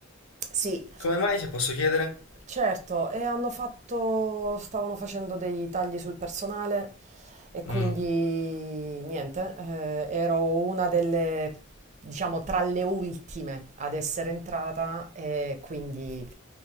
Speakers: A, on the right; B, on the left.
A: Sì,
B: come mai se posso chiedere?
A: Certo, e hanno fatto, stavano facendo dei tagli sul personale e quindi
B: Mm,
A: niente, eh, ero una delle, diciamo, tra le ultime ad essere entrata e quindi